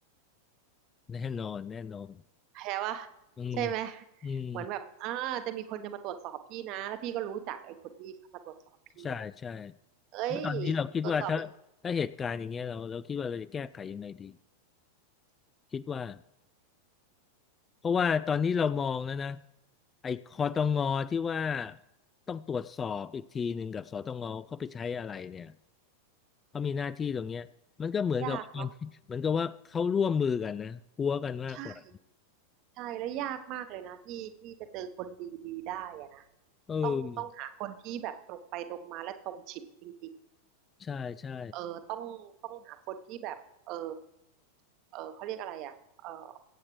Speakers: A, on the left (about 20°); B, on the right (about 40°).
A: <laughs> แน่นอนแน่นอน
B: แพ้ว่า
A: อืม
B: ใช่ไหม
A: อืม
B: เหมือนแบบอ่าจะมีคนจะมาตรวจสอบพี่นะแล้วพี่ก็รู้จักไอ้คนที่มาตรวจสอบพี่อ่ะ
A: ใช่ใช่
B: เอ้ย
A: แล้วตอนนี้เราคิดว่าถ้าถ้าเหตุการณ์อย่างเงี้ยเราเราคิดว่าเราจะแก้ไขยังไงดี
B: ตรวจสอบไป
A: คิดว่า เพราะว่าตอนนี้เรามองแล้วนะไอ้คอตงอที่ว่าต้องตรวจสอบอีกทีหนึ่งกับสตงเขาไปใช้อะไรเนี่ยเขามีหน้าที่ตรงเนี้ยมันก็เหมือนกับว่ามัน
B: ยากเนาะ
A: <laughs> เหมือนกับว่าเขาร่วมมือกันนะพัวกันมากกว่า
B: ใช่ใช่แล้วยากมากเลยนะที่ที่จะเจอคนดีดีได้อะนะ
A: เออ
B: ต้องต้องหาคนที่แบบตรงไปตรงมาและตรงฉินจริง
A: ใช่ใช่
B: ๆเออต้องต้องหาคนที่แบบเออเออเขาเรียกอะไรอ่ะเออ